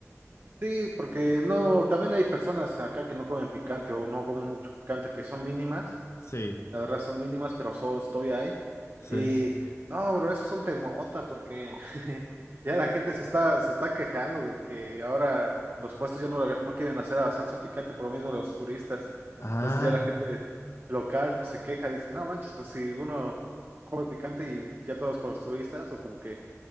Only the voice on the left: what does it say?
Sí,
sí.
Ah,